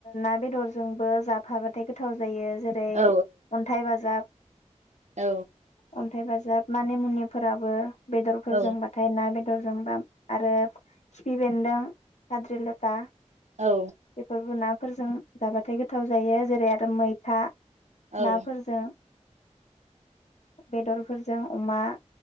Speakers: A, on the left; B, on the right.
A: ना बेदरजोंबो जाफाबाथाय गोथाव जायो। जेरै
B: औ
A: अन्थाइ बाजाब
B: औ
A: अन्थाइ बाजाब मानि मुनिफोराबो बेदरफोरजोंबाथाय
B: औ
A: ना बेद दर जोंबाम आरो खिफि बेन्दों, फाद्रि लटा
B: औ
A: बेफोरबो ना फोरजों जाबाथाय गोथाव जायो जेरै आरो मैथा
B: औ
A: नाफोरजों <inaudible> बेदरफोरजों अमा